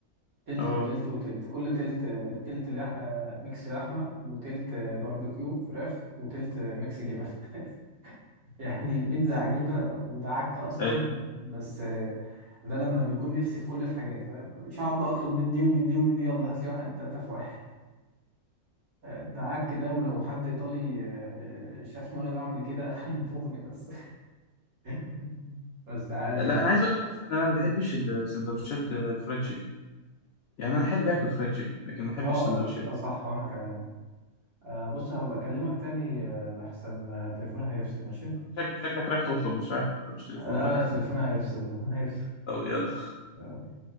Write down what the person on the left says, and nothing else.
أه
حلو.
لا
أنا عايز أقول لك أصلا أنا ما بحبش السندوتشات الفرايد تشيكن يعني أنا أحب آكل فرايد تشيكن لكن ما بحبش
سندوتشات
شك- شكلك رايح تطلب مش رايح مش تليفون
ولا حاجة
طب يلا